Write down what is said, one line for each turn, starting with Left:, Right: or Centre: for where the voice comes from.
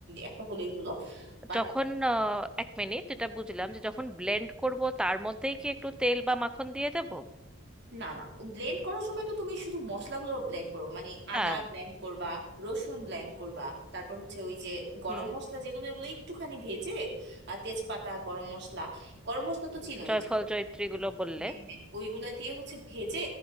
Right: একটা হলেই হলো বাট
Centre: যখন আহ, এক মিনিট এটা বুঝলাম যে যখন ব্লেন্ড করব তার মধ্যেই কি একটু তেল বা মাখন দিয়ে দেবো
Right: না না ব্লেন্ড করার সময় তো তুমি শুধু মশলাগুলো ব্লেন্ড করবে মানে আদা
Centre: হ্যাঁ
Right: ব্লেন্ড করবা রসুন ব্লেন্ড করবা তারপর হচ্ছে ওই যে গরম
Centre: হুম
Right: মশলা যেগুলো এগুলো একটুখানি ভেজে আর তেজপাতা গরম মশলা গরম মশলা তো চিনোই
Centre: জয়ফল
Right: যে
Centre: জয়ত্রীগুলো বললে
Right: হ্যাঁ হ্যাঁ ওইগুলা দিয়ে হচ্ছে ভেজে